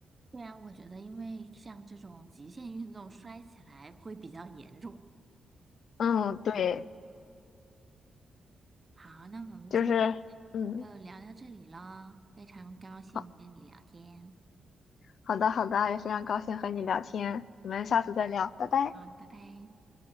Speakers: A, on the right (about 25°); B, on the left (about 70°).
A: 对啊，我觉得因为像这种极限运动摔起来会比较严重。
B: 嗯，对，
A: 好，那我们今天就聊到这里喽，
B: 就是嗯，
A: 非常高兴跟你聊天。
B: 好好的好的，也非常高兴和你聊天，我们下次再聊，
A: 嗯，
B: 拜拜。
A: 好，拜拜。